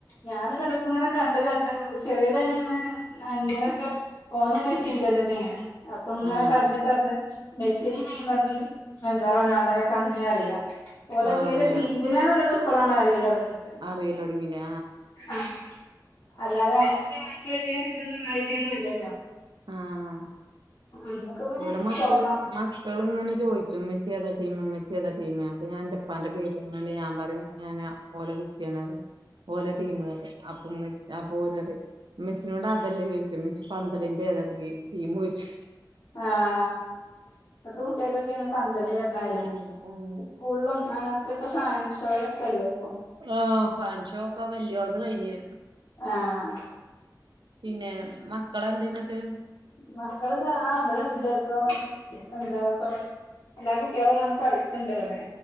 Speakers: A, on the left; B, on the right.
A: ഞാൻ <unintelligible> ഇപ്പോ ഇങ്ങനെ കണ്ട് കണ്ട് ചെറിയത് അയിന് ഇന്ന് ഇങ്ങനാക്കെ ഒനും മെസ്സിന്റെ തന്നെയാണ് അപ്പം ഇങ്ങനെ
B: ആഹ്
A: പറഞ്ഞ് പറഞ്ഞ് മെസ്സിനെ നെയ്മറിനെ എന്താ റൊണാൾഡോനൊക്കെ അന്നേ അറിയാ ഓലോക്ക
B: ആഹ്
A: ഏത് ടിമിലാന്നുള്ളത് ഇപ്പളാണ് അറിയല് തുടങ്ങിയത്
B: അറിയല് തുടങ്ങില്ലേ
A: ആഹ് അല്ലാതെ നമുക്ക് വലിയ ഇതൊന്ന് ഐഡിയ ഒന്നും ഇല്ലല്ലോ
B: ആഹ്
A: ഞങ്ങൾക്ക് പിന്നെ
B: ഇവിടെ മക്കള്
A: സോഫ
B: മക്കള് ഇങ്ങനെ ചോദിക്കും ഉമ്മച്ചി ഉമ്മച്ചി ഏതാ ടീം ഉമ്മച്ചിഏതാ ടീം അപ്പാ ഞാൻന്റെ ഇപ്പാന്റെ പേര് ഞാൻ പറയും ഞാന് ഓല കുട്ടിയാണ് ഓല ടീംമ് പറയും അപ്പം ഉമ്മ <unintelligible> ഇമ്മച്ചിനോട് അതല്ല ചോദിച്ചേ ഇമ്മച്ചി പന്തല്ല ഏതാ ടീം ചൊയിച്ചും
A: ആഹ് ഇപ്പത്തെ കുട്ടികക്കൊക്കെ ഈ പന്തള പറഞ്ഞാല്
B: ആഹ് ആഹ്
A: സ്കൂളും അങ്ങ ഇപ്പാക്കെ ഫാൻഷോരെ ഒക്കല്ലേ ഇപ്പൊ
B: ആഹ് ഫാൻ ഷോ ഒക്കെ വലിയോളത് കഴിഞ്ഞ്
A: ആഹ്
B: പിന്നെ മക്കളെ എന്തോന്നിട്ട്
A: മക്കളിത ആ ഇവിടെ ഇണ്ട് ഇപ്പൊ എന്താ കൊറേ എല്ലാ കുട്ടികളും വന്ന് കളിക്കണ്ട് ഇവിടെ